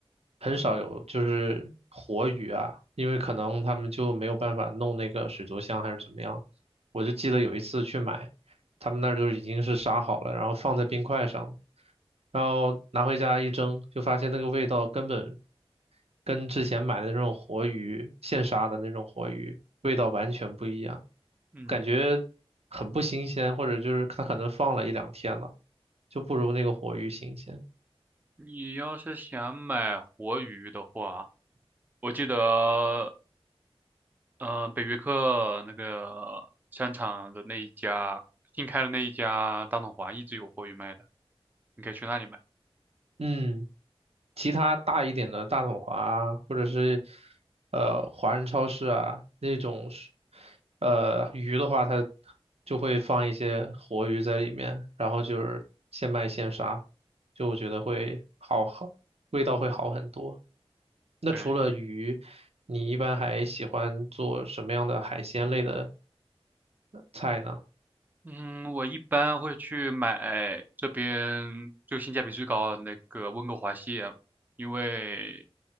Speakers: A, on the right; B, on the right.
A: 很少有就是活鱼啊，因为可能他们就没有办法弄那个水族箱还是怎么样。我就记得有一次去买，他们那儿就已经是杀好了，然后放在冰块上，然后拿回家一蒸，就发现那个味道根本跟之前买的那种活鱼，现杀的那种活鱼，味道完全不一样，
B: 嗯。
A: 感觉很不新鲜，或者就是它可能放了一两天了，就不如那个活鱼新鲜。
B: 你要是想买活鱼的话，我记得，嗯、北约克那个商场的那一家，新开的那一家大统华一直有活鱼卖的，你可以去那里买。
A: 嗯，其他大一点的大统华啊，或者是呃华人超市啊那种是，呃鱼的话，它就会放一些活鱼在里面，然后就是现卖现杀，就我觉得会好好，味道会好很多。那除了鱼，
B: 对，
A: 你一般还喜欢做什么样的海鲜类的菜呢？
B: 嗯，我一般会去买这边就性价比最高的那个温哥华蟹，因为